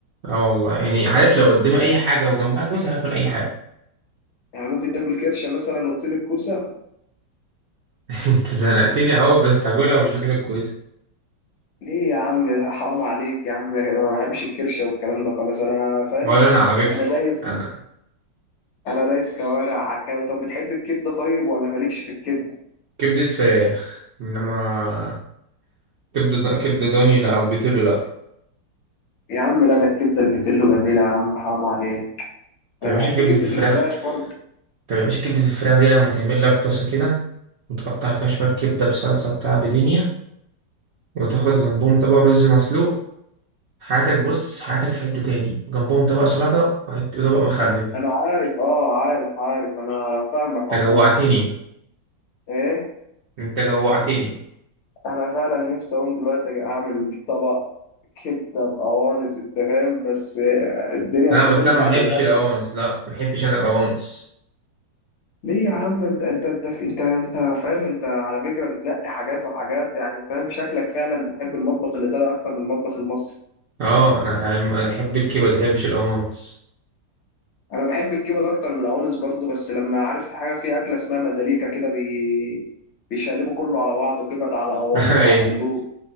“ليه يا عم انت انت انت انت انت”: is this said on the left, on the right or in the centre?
Left